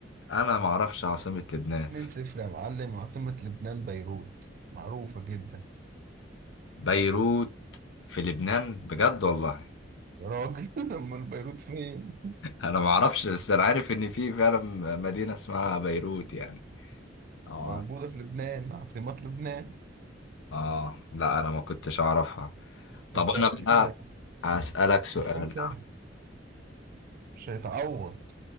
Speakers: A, on the left; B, on the right.
A: أنا ما أعرفش عاصمة لبنان
B: 2-0 يا معلم عاصمة لبنان بيروت معروفة جدا
A: بيروت في لبنان بجد والله <laughs>
B: يا راجل <laughs> أمال بيروت فين؟
A: أنا ما أعرفش بس أنا عارف إن في فعلا مدينة اسمها بيروت يعني اه
B: موجودة في لبنان عاصمة لبنان
A: اه لا انا ما كنتش اعرفها طب
B: أنت
A: انا
B: إيه
A: بقى
B: ده؟
A: هسألك سؤال
B: ده سؤال سهل
A: يا عم.
B: مش هيتعوض